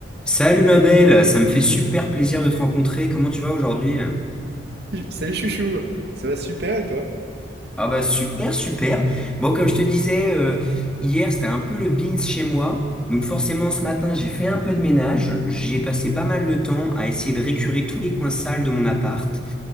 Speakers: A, in the centre; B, on the right (about 60°).
A: Salut ma belle, ça me fait super plaisir de te rencontrer. Comment tu vas aujourd'hui?
B: Salut chouchou, ça va super et toi?
A: Ah bah super, super. Bon, comme je te disais, euh, hier c'était un peu le beans chez moi. Donc forcément ce matin j'ai fait un peu de ménage. J'ai passé pas mal de temps à essayer de récurer tous les coins sales de mon appart.